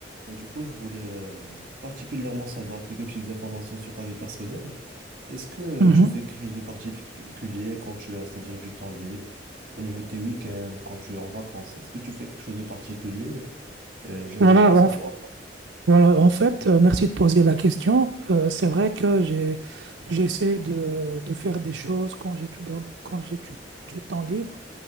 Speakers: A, on the right; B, on the right.
A: Bah, du coup, je voulais euh, particulièrement savoir quelques petites informations sur ta vie personnelle. Est-ce que euh,
B: Mhm.
A: tu fais quelque chose de particulier quand tu as, c'est-à-dire du temps libre, au niveau de tes week-ends, quand tu es en vacances? Est-ce que tu fais quelque chose de particulier? Euh, j'aimerais
B: Voilà,
A: bien en savoir.
B: en, voilà, en fait, euh, merci de poser la question. Euh, c'est vrai que j'ai, j'essaie de, de faire des choses quand j'étudie dans le- quand j'ai du du temps libre.